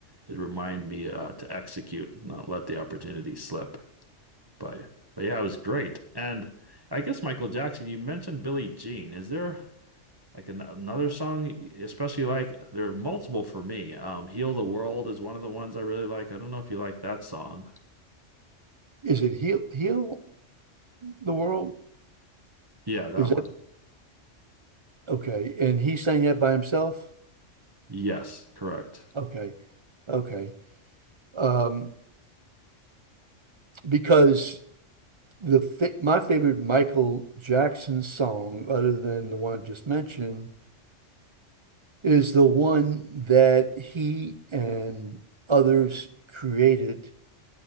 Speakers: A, on the right; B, on the right.
A: it reminded me uh to execute, not let the opportunity slip. But but yeah, it was great. And I guess Michael Jackson, you mentioned Billie Jean. Is there like an another song, especially like there are multiple for me. Um, Heal the World is one of the ones I really like. I don't know if you like that song.
B: Is it heal heal the world?
A: Yeah, that
B: Is that
A: one.
B: okay? And he sang that by himself?
A: Yes, correct.
B: Okay, okay. Um, because the fa my favorite Michael Jackson song, other than the one I just mentioned, is the one that he and others created